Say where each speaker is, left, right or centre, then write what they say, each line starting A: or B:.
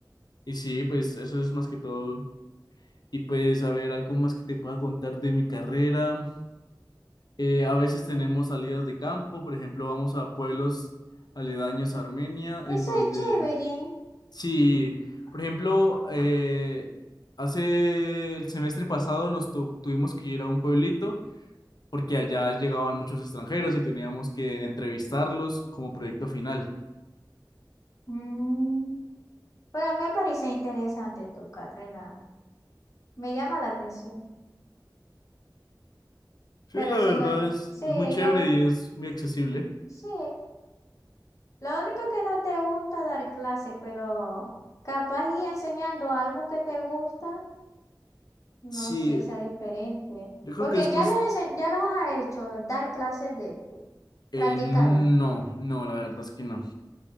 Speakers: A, on the left; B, on the left.
A: Y sí, pues eso es más que todo. Y pues, a ver, algo más que te pueda contar de mi carrera. Eh, a veces tenemos salidas de campo, por ejemplo, vamos a pueblos aledaños a Armenia, en
B: Eso
A: donde,
B: es chévere.
A: sí, por ejemplo, eh, hace el semestre pasado nos tu- tuvimos que ir a un pueblito porque allá llegaban muchos extranjeros y teníamos que entrevistarlos como proyecto final.
B: Mm, Pero me parece interesante tu carrera. Me llama la atención.
A: Sí,
B: Pero
A: la
B: si
A: verdad
B: no,
A: es,
B: sí,
A: es muy chévere
B: lo,
A: y es muy accesible.
B: sí. Lo único que no te gusta dar clase, pero capaz y enseñando algo que te gusta, no
A: Sí,
B: sé, sea diferente.
A: yo creo
B: Porque
A: que es
B: ya
A: cues-
B: lo, ense- ya lo has hecho, dar clases de tú,
A: eh,
B: practicado.
A: no, no, la verdad es que no.